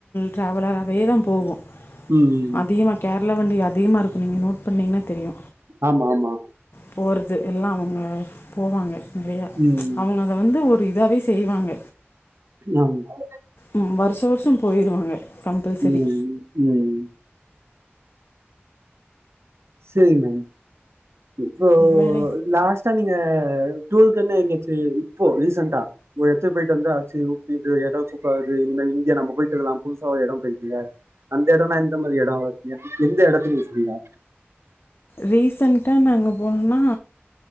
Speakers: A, on the left; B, on the right.
A: டிராவலாவேதா போவோ
B: ம்
A: அதிகமா கேரளா வண்டி அ அதிகமா இருக்கோ நோட் பண்ணீங்ன்னா தெரியு
B: ஆமா ஆமா
A: போறது எல்லா அவுங்க போவாங்க நெறையா
B: ம்
A: அவுங்க அத வந்து ஒரு டு இதாவே செய்வாங்க
B: என்ன ம்மா
A: ம் வர்ஷோ வர்ஷோ போய்ருவாங்க கம்பல் செரி
B: ம் ம் செரி மேம் இப்போ
A: வேற
B: லாஸ்ட்டா நீங் இங்க டுவல்டென்னு இங்காச்சி இப்போ ரீசன்டா ஒரு எடத்து போயிட்டு வந்தா <unintelligible> சூப்பராக்குது இனிமேல் இங்க நம்ம போயிட்டு நாம் புதுசா ஒரு இடம்போயிட்டுல்ல அந்த எடோனா எந்த மாரி எடோ எந்த எடத்துல நிப்பீங்க
A: ரீசன்டா நாங்க போனோன்னா